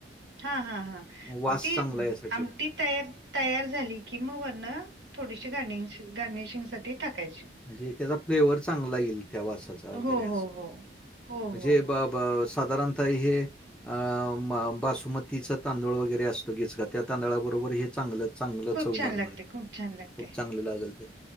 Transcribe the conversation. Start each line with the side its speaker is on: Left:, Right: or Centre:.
Right: हा हा हा
Centre: वास
Right: ती
Centre: चांगला यासाठी
Right: आमटी तर तयार झाली की मग वरण थोडीशी गार्नि गार्निशिंग साठी टाकायची.
Centre: म्हणजे त्याचा फ्लेवर चांगल येईल त्या वासाचा वगैरे
Right: हो
Centre: असं
Right: हो हो. हो
Centre: म्हणजे
Right: हो हो
Centre: बा बा- साधारणता हे अ बासुमतीचा तांदूळ वगैरे असतो घीच का त्या तांदळाबरोबर हे चांगलं चांगलंच
Right: खूप
Centre: होय
Right: छान
Centre: लागणार
Right: लागते खूप छान लागते.
Centre: खूप चांगले लागेल ते.